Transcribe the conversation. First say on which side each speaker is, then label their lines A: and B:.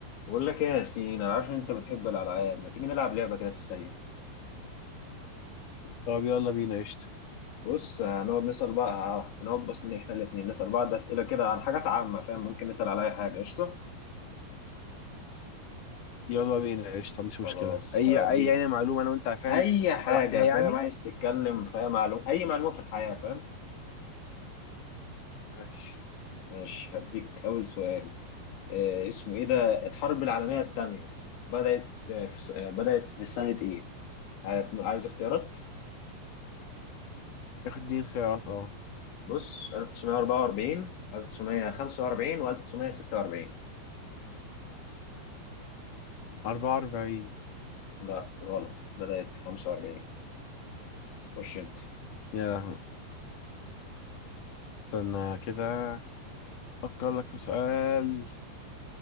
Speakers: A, on the left (about 80°); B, on the left (about 50°).
A: بقول لك ايه يا ياسين انا عارف ان انت بتحب الالعاب ما تيجي نلعب لعبه كده في السريع
B: طب يلا بينا قشطة
A: بص هنقعد نسال بقى هنقعد بس ان احنا الاثنين نسال بعض اسئله كده عن حاجات عامه فاهم ممكن نسال على اي حاجه قشطه
B: يلا بينا قشطة ما عنديش مشكلة
A: خلاص
B: أي
A: هديك
B: أي يعني معلومة أنا وأنت عارفها
A: اي حاجه
B: ولا عليها يعني
A: فاهم عايز تتكلم في اي معلومه اي معلومه في الحياه فاهم
B: ماشي
A: ماشي هديك اول سؤال إيه اسمه ايه ده الحرب العالميه الثانيه بدات آه، في س- آه، بدات في سنه ايه عايز عايز اختيارات
B: ياخد دي اختيارات أه
A: بص 1944 1945 و1946
B: 44
A: لا غلط بدأت في 45 خش انت
B: يا لهوي استنى كده أفكر لك في سؤال